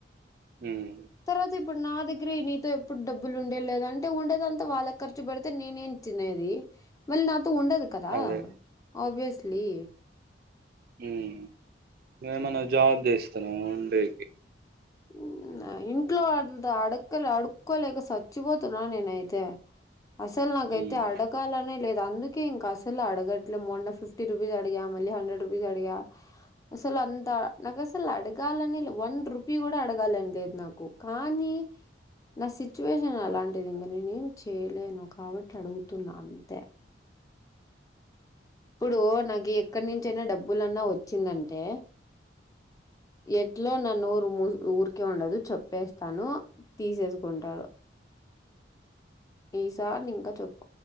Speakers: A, on the right; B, on the left.
A: హ్మ్
B: తర్వాత ఇప్పుడు నా దగ్గరే నీతో ఎప్పుడు డబ్బులు ఉండే లేద అంటే ఉండేదంతా వాళ్ళకి ఖర్చు పెడితే నేనేం తినేది మళ్ళీ నాతో ఉండదు కదా
A: అదే
B: ఆబయస్లీ
A: ఊ నువ్వు ఏమన్నా జాబ్ చేస్తున్నావా అండి
B: ఉ ఏ ఇంట్లో అంత అడుక్కో అడుక్కోలేక సచ్చిపోతున్నాను నేనైతే అసలు నాకైతే
A: ఉమ్
B: అడగాలనే లేదు అందుకే ఇంకా అసలు అడగట్లే మొన్న ఫిఫ్టీ రుపీస్ అడిగా మళ్ళీ హండ్రెడ్ రూపీస్ అడిగా అసలు అంతా నాకు అసలు అడగాలనే వన్ రుపీ పి కూడా అడగాలని లేదు నాకు కానీ నా సి సిచ్యువేషన్ అలాంటిది ఇంకా నేనేం చేయలేను కాబట్టి అడుగుతున్నా అంతే ఇప్పుడు నాకు ఎక్కడి నుంచి అయినా డబ్బులున్నా వచ్చిందంటే ఎట్లో న నోరు ఊరికే ఉండదు చెప్పేస్తాను తీసేసుకుంటాడు ఈ సార్నింక చొప్